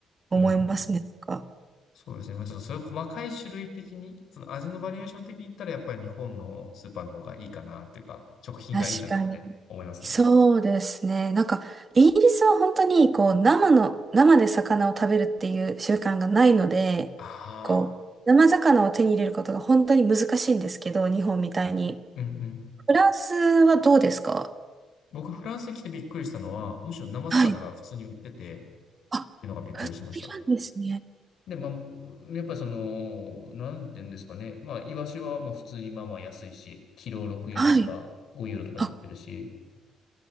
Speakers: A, on the right (about 30°); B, on the left (about 70°).
A: 思いますね。
B: うん。
A: なんか。
B: そうですね。まあちょっとそういう細かい種類的に、その味のバリエーション的に言ったら、やっぱり日本のスーパーの方がいいかなっていうか、食品がいいかなって思いますね。
A: 確かに。そうですね。なんか、イギリスは本当に、こう、生の、生で魚を食べるっていう習慣がないので、
B: ああ。
A: こう、生魚を手に入れることが本当に難しいんですけど、日本みたいに。
B: うんうん。
A: フランスはどうですか
B: 僕、フランスに来てびっくりしたのは、むしろ生魚が普通に売ってて、
A: はい。
B: って
A: あ、
B: いうのがびっくりしました。
A: 売ってるんですね。
B: で、まあ、やっぱりその、なんていうんですかね。まあ、イワシはまあ普通にまあまあ安いし、キロ6ユーロとか5ユーロとかで売ってるし、
A: はい。あ